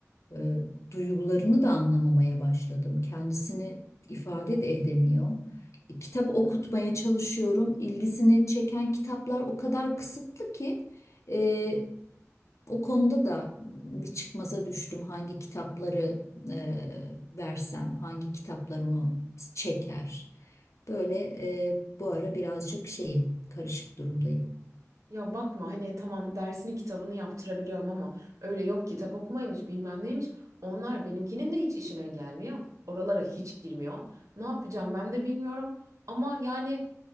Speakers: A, on the left; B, on the right.
A: e, duygularını da anlamamaya başladım. Kendisini ifade de edemiyor. E, kitap okutmaya çalışıyorum. İlgisini çeken kitaplar o kadar kısıtlı ki e, o konuda da bir çıkmaza düştüm. Hangi kitapları e, versem, hangi kitaplar onu çeker. Böyle e, bu ara birazcık şeyim, karışık durumdayım.
B: Ya bakma hani tamam dersini kitabını yaptırabiliyorum ama öyle yok kitap okumaymış bilmem neymiş. Onlar benimkinin de hiç işine gelmiyor. Oralara hiç girmiyor. Ne yapacağım ben de bilmiyorum. Ama yani